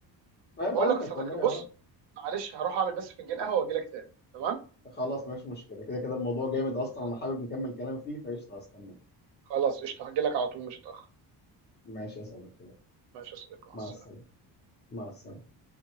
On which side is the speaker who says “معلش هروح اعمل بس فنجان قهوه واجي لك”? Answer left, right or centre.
Right